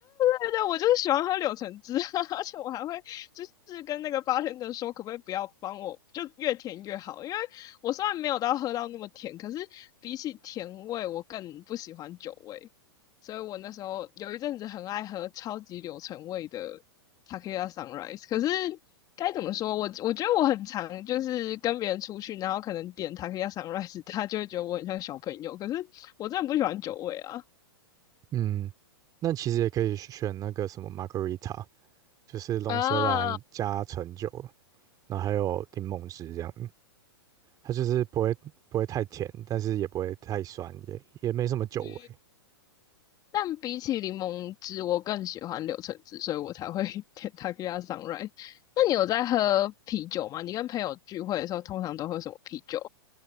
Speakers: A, on the left; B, on the right.
A: 对对，我就是喜欢喝柳橙汁，<laughs> 而且我还会就是跟那个八天的说，可不可以不要帮我，就越甜越好，因为我虽然没有到喝到那么甜，可是比起甜味，我更不喜欢酒味，所以我那时候有一阵子很爱喝超级柳橙味的 t a k i y a Sunrise，可是。该怎么说？我我觉得我很常就是跟别人出去，然后可能点 t a k i y a Sunrise，<laughs> 他就会觉得我很像小朋友。可是我真的不喜欢酒味啊。
B: 嗯，那其实也可以选那个什么 margarita，就是龙舌兰加橙酒，
A: 啊，嗯
B: 然后还有柠檬汁这样。它就是不会不会太甜，但是也不会太酸，也也没什么酒味。
A: 嗯，但比起柠檬汁，我更喜欢柳橙汁，所以我才会 <laughs> 点 t e q u i a Sunrise。那你有在喝啤酒吗？你跟朋友聚会的时候，通常都喝什么啤酒